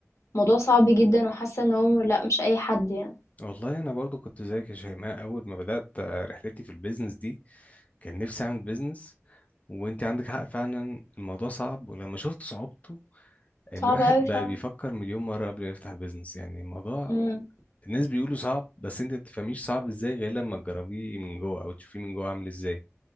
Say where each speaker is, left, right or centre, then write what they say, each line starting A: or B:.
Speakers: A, on the left (about 75°); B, on the left (about 30°).
A: الموضوع صعب جدا وحاسه ان هو لا مش اي حد يعني
B: والله انا برضو كنت زيك يا شيماء اول ما بدات آه، رحلتي في البيزنس دي كان نفسي اعمل بيزنس وانت عندك حق فعلا الموضوع صعب ولما شفت صعوبته الواحد
A: صعب قوي فعلا
B: بقى بيفكر مليون مره قبل ما يفتح بيزنس يعني الموضوع
A: مم.
B: الناس بيقولوا صعب بس انت ما بتفهميش صعب ازاي غير لما تجربيه من جوه او تشوفيه من جوه عامل ازاي